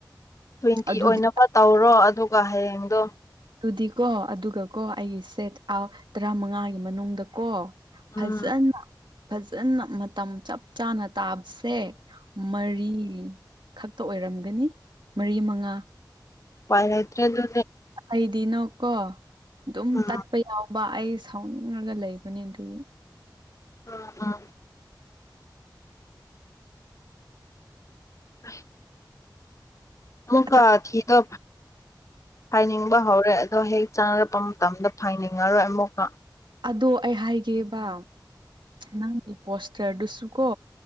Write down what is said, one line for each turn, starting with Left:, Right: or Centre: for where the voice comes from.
Left: ꯇ꯭ꯋꯦꯟꯇꯤ
Right: ꯑꯗꯨꯗꯤ
Left: ꯑꯣꯏꯅꯕ ꯇꯧꯔꯣ ꯑꯗꯨꯒ ꯍꯌꯦꯡꯗꯣ
Right: ꯑꯗꯨꯗꯤꯀꯣ ꯑꯗꯨꯒ ꯀꯣ ꯑꯩꯒꯤ ꯁꯦꯠ ꯑ ꯇꯔꯥꯃꯉꯥꯒꯤ ꯃꯅꯨꯡꯗꯀꯣ
Left: ꯎꯝ
Right: ꯐꯖꯅ ꯐꯖꯅ ꯃꯇꯝ ꯆꯞ ꯆꯥꯅ ꯇꯥꯕꯁꯦ ꯃꯔꯤ ꯈꯛꯇ ꯑꯣꯏꯔꯝꯒꯅꯤ ꯃꯔꯤ ꯃꯉꯥ
Left: ꯄꯥꯏꯅ ꯏꯠꯇꯦ ꯑꯗꯨ
Right: ꯑꯩꯗꯤꯅꯣ ꯀꯣ ꯑꯗꯨꯝ
Left: ꯎꯝ
Right: ꯇꯠꯄ ꯌꯥꯎꯋꯦ ꯕꯥ ꯑꯩ ꯁꯥꯎꯅꯤꯡꯉꯒ ꯂꯩꯕꯅꯦ ꯑꯗꯨꯒꯤ
Left: ꯑ ꯑ ꯑ ꯑꯃꯨꯛꯀ
Right: ꯑꯇꯩ
Left: ꯊꯤꯗ ꯍꯥꯏꯅꯤꯡꯕ ꯍꯧꯔꯦ ꯑꯗꯣ ꯍꯦꯛ ꯆꯥꯅꯔꯛꯄ ꯃꯇꯝꯗ ꯐꯥꯏꯅꯤꯡꯉꯔꯣꯏ ꯑꯃꯨꯛꯀ
Right: ꯑꯗꯣ ꯑꯩ ꯍꯥꯏꯒꯦꯕ ꯅꯪꯒꯤ ꯄꯣꯁꯇꯔꯗꯨꯁꯨ ꯀꯣ